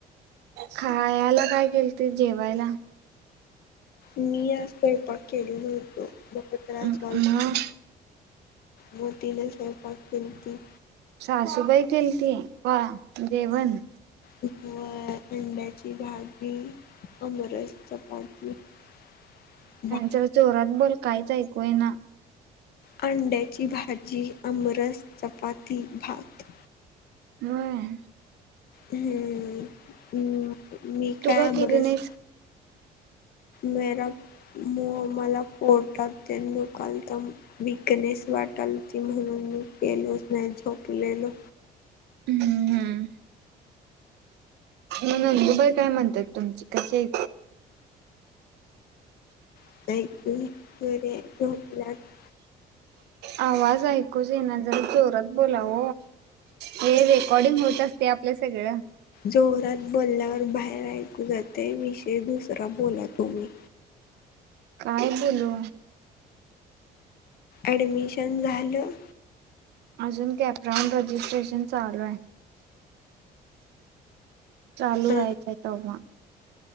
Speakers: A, on the right; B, on the left.
A: खायला काय केल ते जेवायला
B: मी आज तो बहुत खासवाॉल
A: मग
B: व तिन सैवपाक पनती
A: सासूबाई केली ती का जवण
B: व अंड्याची भाजी अमरस चपाती <unintelligible> भात
A: जला चोरात बोल काहीच ऐकूय ना
B: अंड्याची भाजी अमरस चपाती भात
A: होय
B: हम्म मी
A: तू
B: काय
A: का
B: आमरस-
A: केली नाहीस?
B: मरा <unintelligible> मग मला पोटात त्यां दुखालता वकनेस वाटलती म्हणून गेलो नाही झोपलेलो
A: हम्म हम्म म नंदुबाई काय म्हणतात तुमचे कसे?
B: कारला <unintelligible>
A: आवाज ऐकू येईना जरा जोरत बोलाव हे रेकॉर्डिंग होत असते आपलं सगळं
B: जोरात बोलल्यावर बाहेर ऐकू जाते विषय दुसरा बोला तुम्ही
A: काय बोलू?
B: ऍडमिशन झालं?
A: अजून कॅपराॉन रजिस्ट्रेशन चालू आहे. चालू
B: अ
A: आहेतयचय त्हा